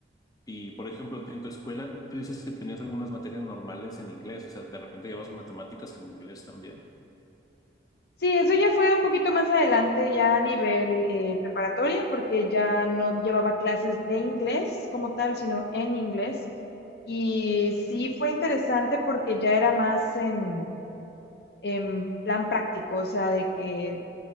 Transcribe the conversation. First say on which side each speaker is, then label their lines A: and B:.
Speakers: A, on the left; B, on the left.
A: Y, por ejemplo, en tu escuela, tú dices que tenías algunas materias normales en inglés, o sea, de repente llevas matemáticas en inglés también.
B: Sí, eso ya fue un poquito más adelante, ya a nivel eh, preparatoria, porque ya no llevaba clases de inglés como tal, sino en inglés. Y sí fue interesante porque ya era más en, en plan práctico, o sea, de que